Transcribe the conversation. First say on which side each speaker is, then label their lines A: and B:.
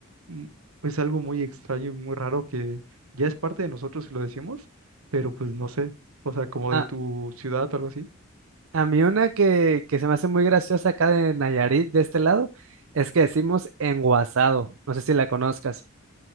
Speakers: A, on the right; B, on the right.
A: mm, pues algo muy extraño y muy raro que ya es parte de nosotros si lo decimos, pero pues no sé, o sea, como
B: A,
A: de tu ciudad o algo así.
B: a mí una que, que se me hace muy graciosa acá de Nayarit, de este lado, es que decimos enguasado, no sé si la conozcas.